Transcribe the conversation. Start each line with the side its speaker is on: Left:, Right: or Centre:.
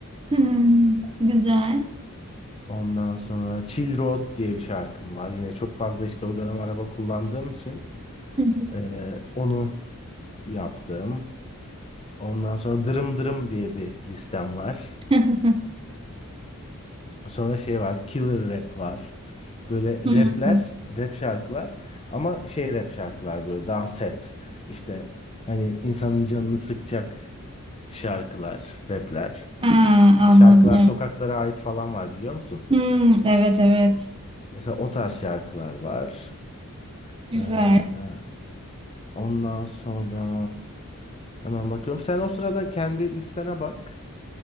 Right: Hmm, güzel.
Left: Ondan sonra Chill Road diye bir şarkım var. Yine çok fazla işte o dönem araba kullandığım için
Right: Hı hı.
Left: ee, onu yaptım. Ondan sonra Dırım Dırım diye bir listem var.
Right: <laughs>
Left: Sonra şey var. Killer rap var. Böyle
Right: Hmm.
Left: rapler, rap şarkılar ama şey rap şarkılar böyle daha set. İşte hani insanın canını sıkacak şarkılar, rapler.
Right: Aa,
Left: Hani
Right: anladım.
Left: Şarkılar sokaklara ait falan var biliyor musun?
Right: Hmm, evet evet.
Left: Mesela o tarz şarkılar var.
Right: Güzel.
Left: Ee, ondan sonra hemen bakıyorum. Sen o sırada kendi listene bak.